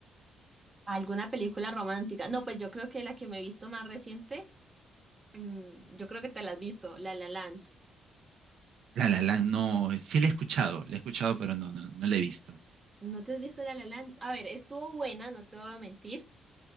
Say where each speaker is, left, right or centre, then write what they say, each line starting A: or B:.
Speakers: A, on the right; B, on the right.
A: ¿Alguna película romántica? No, pues yo creo que la que me he visto más reciente Mm, yo creo que te la has visto, La La Land.
B: La La Land, no, sí la he escuchado, la he escuchado, pero no, no, no la he visto.
A: ¿No te has visto La La Land? A ver, estuvo buena, no te voy a mentir,